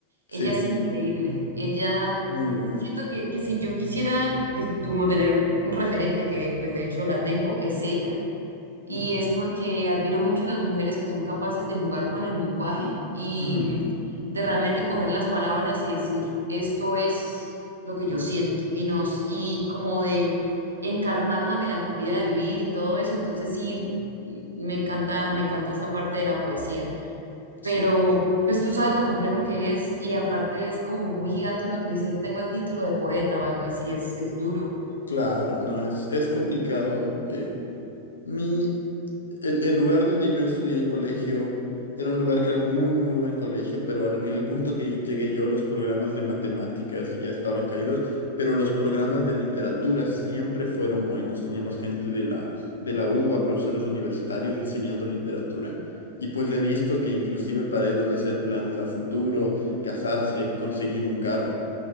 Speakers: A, on the left (about 70°); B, on the right (about 75°).
A: sí,
B: Ella es
A: sí,
B: increíble.
A: sí.
B: Ella,
A: Muy buena.
B: siento que, que si yo quisiera eh, como tener un referente, que pues de hecho la tengo, es ella y
A: Ujú,
B: es porque admiro mucho a las mujeres que son capaces de jugar con el lenguaje y
A: ujú,
B: mm, de realmente coger las palabras y decir, esto es lo que yo siento y nos y como de encarnar la melancolía de vivir y todo eso, entonces sí mm, me encanta me encanta esa parte de la poesía,
A: sí.
B: pero pues tú sabes lo complejo que es y aparte es como muy gigante uno decir tengo el título de poeta o algo así, es es duro.
A: Claro, no, es, es complicado. eh. mi, el, el lugar donde yo estudié el colegio era un lugar que era un muy, muy buen colegio, pero al- en el punto que llegué yo, los programas de matemáticas ya estaban caídos, pero los programas de literatura siempre fueron buenos. Teníamos gente de la, de la UBA, profesores universitarios enseñando literatura. Y pues he visto que inclusive para ellos hacer planes a futuro, casarse, conseguir un carro